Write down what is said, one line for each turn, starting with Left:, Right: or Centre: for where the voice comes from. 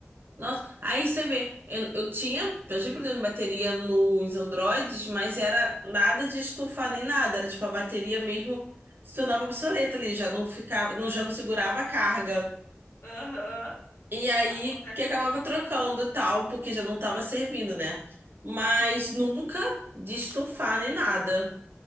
Right: Nossa. Aí você vê, eu, eu tinha, eu tinha problema de bateria nos Androids, mas era nada de estufar nem nada. Era tipo a bateria mesmo se tornava obsoleta ali, já não ficava, não, já não segurava a carga.
Left: Aham,
Right: E aí
Left: acontece
Right: que acabava
Left: muito.
Right: trocando e tal, porque já não tava servindo, né? Mas
Left: Sim,
Right: nunca de estufar nem nada.